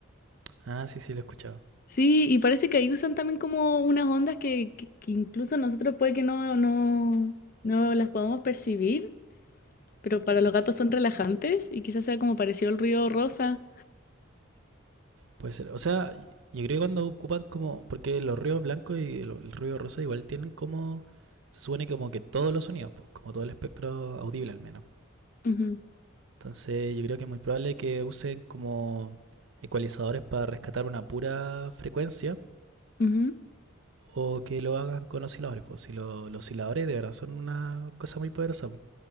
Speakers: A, on the right; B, on the left.
A: Ah, sí, sí, lo he escuchado.
B: Sí, y parece que ahí usan también como unas ondas que, que- que incluso nosotros puede que no, no, no las podamos percibir, pero para los gatos son relajantes y quizás sea como parecido al ruido rosa.
A: Puede ser. O sea, yo creo que cuando ocupan como... Porque los ruidos blancos y el, el ruido rosa igual tienen como... Se supone como que todos los sonidos, pues, como todo el espectro audible al menos.
B: Ujú,
A: Entonces yo creo que es muy probable que usen como ecualizadores para rescatar una pura frecuencia
B: ujú.
A: o que lo hagan con osciladores. Pues si lo- los osciladores de verdad son una cosa muy poderosa, pues,